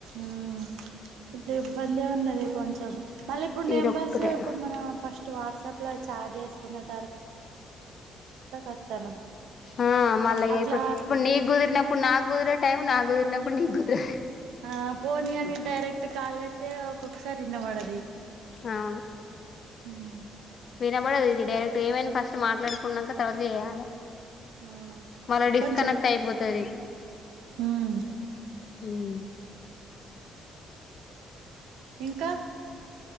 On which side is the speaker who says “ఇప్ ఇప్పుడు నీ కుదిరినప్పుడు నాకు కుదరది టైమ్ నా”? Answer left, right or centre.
Left